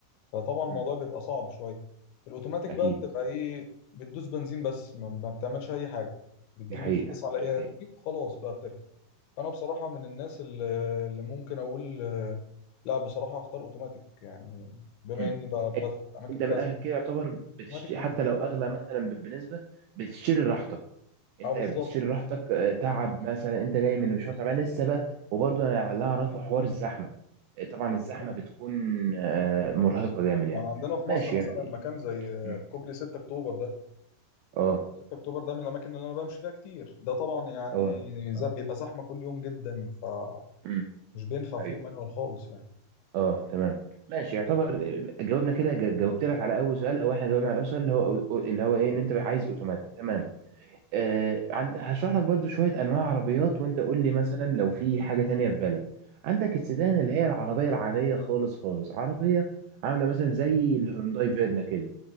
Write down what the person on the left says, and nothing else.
فطبعا الموضوع
بيبقى صعب شويه الاوتوماتيك
بقى بتبقى ايه بتدوس بنزين بس ما ما بتعملش اي حاجه بتجيب
الفتيس على ايدها
دي وخلاص بقى بتركب فانا بصراحه من الناس اللي اللي ممكن اقول آه، لا بصراحه هختار اوتوماتيك يعني بما
اني بقى بدخل اماكن
فيها
زحمه
اوتوماتيك بالنسبه
لي
اه بالظبط
طبعا
يعني عندنا في مصر
مثلا
مكان زي آه،
كوبري 6 اكتوبر ده
كوبري 6 اكتوبر ده من الاماكن اللي انا بمشي فيها كتير ده طبعا يعني
ز-
بيبقى زحمه كل يوم جدا فمش
بينفع
فيه المانيوال خالص يعني